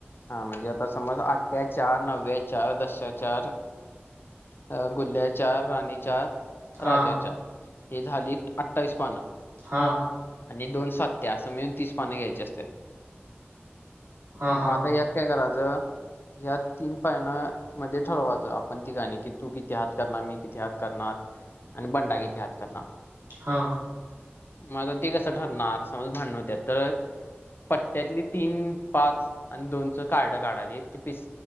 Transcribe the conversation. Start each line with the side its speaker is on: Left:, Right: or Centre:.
Left: हा म्हणजे आता समज आठ्या चार, नवव्या चार, दशा चार, अ गुल्ह चार, राणी चार,
Right: हा
Left: राजा चार, हे झाली अठ्ठावीस पानं.
Right: हा.
Left: आणि दोन सत्या असं मिळून तीस पाने घ्यायचे असतात. मग
Right: हा हा
Left: आता
Right: हा
Left: यात काय करायचं यात तीन पायनं मध्ये ठरवायचं. आपण तिघाणी की तू किती हात करणार मी किती हात करणार आणि बंडा किती हात करणार
Right: हा.
Left: मग आता ते कसं ठरणार समज भांडण होत्यात तर पत्त्यातली तीन पाच आणि दोनचं कार्ड काढायची ते पिस